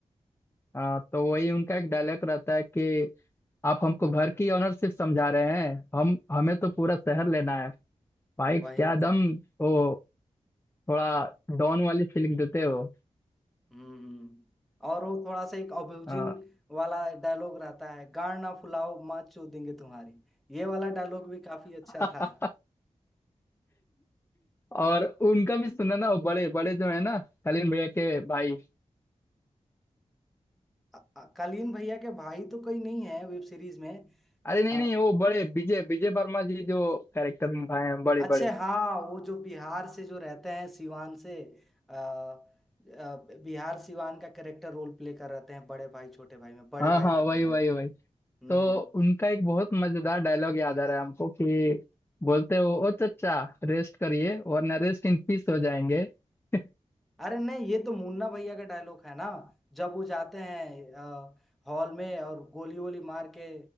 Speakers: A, on the left; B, in the centre.
A: हाँ तो वही उनका एक डायलॉग रहता है कि आप हमको घर की ओनरशिप समझा रहे हैं हम हमें तो पूरा शहर लेना है भाई
B: वही
A: क्या दम
B: तो
A: वो थोड़ा डॉन वाली फीलिंग देते हो
B: हम्म और वो थोड़ा सा एक अब्यूजिंग
A: हाँ।
B: वाला डायलॉग रहता है गाड़ ना फुलाओ माँ चोद देंगे तुम्हारी ये वाला डायलॉग भी काफी अच्छा
A: <laughs>
B: था
A: और उनका भी सुना ना वो बड़े बड़े जो है ना कलीन भैया के भाई
B: अ- अ- कालीन भैया के भाई तो कोई नहीं है वेब सीरीज में
A: अरे नहीं
B: अ,
A: नहीं वो बड़े विजय विजय वर्मा जी जो कैरेक्टर निभाए हैं बड़े
B: अच्छे
A: बड़े
B: हाँ वो जो बिहार से जो रहते हैं सिवान से अ, अ, बिहार सिवान का कैरेक्टर रोल प्ले कर रहते हैं बड़े भाई छोटे भाई में बड़े
A: हाँ
B: भाई
A: हाँ
B: रहते
A: वही
B: हैं
A: वही वही
B: हम्म
A: तो उनका एक बहुत मजेदार डायलॉग याद आ रहा है हमको कि बोलते हो ओ चचा रेस्ट करिए वरना रेस्ट इन पीस हो जाएंगे <laughs>
B: अरे नहीं ये तो मुन्ना भैया का डायलॉग है ना जब वो जाते हैं अ, हॉल में और गोली वोली मार के